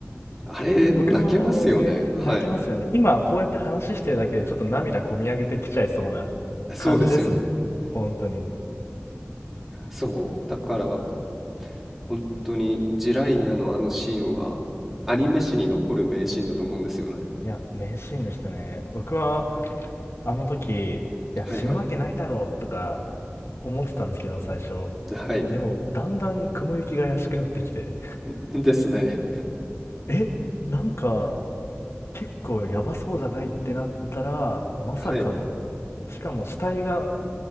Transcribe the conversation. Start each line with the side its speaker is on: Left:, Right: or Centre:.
Centre: あれ、泣けますよね。
Left: 僕もえー泣けますよね。
Centre: はい。
Left: 今こうやって話してるだけでちょっと涙こみ上げてきちゃいそうな感じですもん。
Centre: そうですよね。
Left: 本当に。
Centre: そう。だから、本当にジライアのあのシーンはアニメ史に残る名シーンだと思うんですよね。
Left: いや、名シーンでしたね。僕はあの時、いや、
Centre: はいはい。
Left: 死ぬわけないだろうとか思ってたんですけど、最初。
Centre: はい。
Left: でも、だんだん雲行きが怪しくなってきて、
Centre: <laughs> ですね。
Left: え、なんか結構やばそうじゃないってなったら、まさかの、
Centre: はい。
Left: しかも死体が